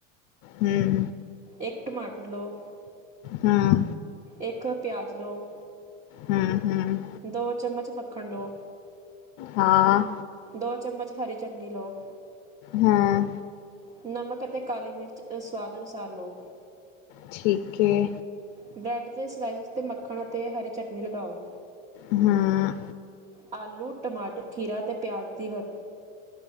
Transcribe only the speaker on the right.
ਏਕ ਟਮਾਟਰ ਲੋਂ।
ਏਕ ਪਿਆਜ਼ ਲੋ।
ਦੋ ਚਮਚ ਮੱਖਣ ਲੋ।
ਦੋ ਚੰਮਚ ਹਰੀ ਚਟਨੀ ਲੋ।
ਨਮਕ ਅਤੇ ਕਾਲੀ ਮਿਰਚ ਸਵਾਦ ਅਨੁਸਾਰ ਲੋ।
ਬਰੈੱਡ ਦੇ ਸਲਾਈਸ ਉਤੇ ਮੱਖਣ ਅਤੇ ਹਰੀ ਚਟਨੀ ਲਗਾਓ।
ਆਲੂ। ਟਮਾਟਰ, ਖੀਰਾ ਅਤੇ ਪਿਆਜ਼ ਦੀ ਵ